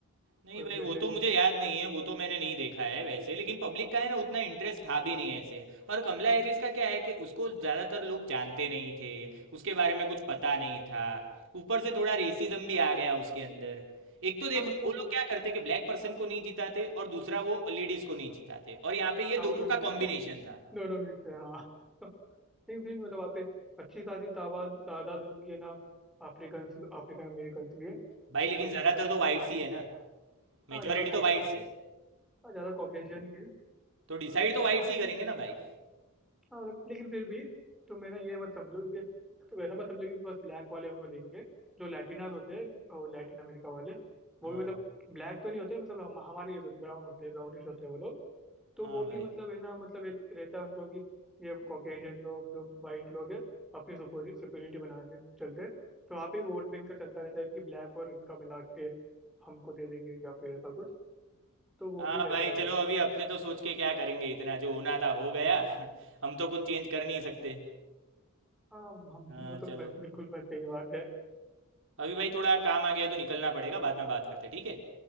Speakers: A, on the right; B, in the centre.
A: नहीं
B: और
A: भाई
B: वैसे
A: वो तो मुझे याद नहीं है वो तो मैंने नहीं देखा है वैसे लेकिन पब्लिक का है ना उतना इंटरेस्ट था भी नहीं ऐसे और कमला हैरिस का क्या है कि उसको ज़्यादातर लोग जानते नहीं थे उसके बारे में कुछ पता नहीं था ऊपर से थोड़ा रेसिज्म भी आ गया उसके अंदर एक तो देखो
B: हाँ मतलब
A: वो लोग क्या करते कि ब्लैक पर्सन को नहीं जिताते और दूसरा वो लेडीज को नहीं जिताते और यहाँ पे ये
B: हाँ
A: दोनों
B: वो दोनों
A: का
B: मिक्स
A: कॉम्बिनेशन
B: है <laughs>
A: था
B: दोनों मिक्स है हाँ <laughs> नहीं फिर भी मतलब वहाँ पे अच्छी खासी तादाद तादाद उनकी है ना अफ्रीकन अफ्रीकन अमेरिकन की है
A: भाई लेकिन
B: तो
A: ज़्यादातर
B: वो तो
A: तो वाइट्स ही है ना मेजोरिटी
B: हाँ ज़्यादा
A: तो
B: कॉकेशियन
A: वाइट्स है
B: हाँ ज़्यादा कॉकेशियन ही
A: तो डिसाइड तो
B: है
A: वाइट्स ही करेंगे ना भाई
B: हाँ मतलब लेकिन फिर भी तुम है ना ये मत समझो कि तो वैसा मत समझो कि बस ब्लैक वाले उनको देंगे जो लैटिनास होते हैं और लैटिन अमेरिका वाले वो
A: हाँ
B: भी मतलब
A: हाँ
B: ब्लैक तो नहीं होते मतलब हम हमारे जैसे होते ब्राउन होते हैं ब्राउनिश होते हैं वो लोग तो
A: हाँ
B: वो भी
A: भाई
B: मतलब है ना मतलब एक रहता है उनको कि ये कॉकेशियन लोग जो वाइट लोग हैं अपनी सुपीरियरिटी बनाने चलते हैं तो वहाँ पे भी वोट बैंक का चलता रहता है कि ब्लैक और इनका मिला के हमको दे देंगे या फिर ऐसा कुछ तो वो
A: हाँ
B: भी रहता
A: भाई
B: है उधर
A: चलो अभी अपने तो सोच के क्या करेंगे इतना जो होना था हो गया <laughs> हम तो कुछ चेंज कर नहीं सकते
B: हाँ हम
A: हाँ
B: वो तो
A: चलो
B: बिल्कुल बिल्कुल सही बात है
A: अभी भाई थोड़ा काम आ गया है तो निकलना पड़ेगा बाद में बात करते हैं, ठीक है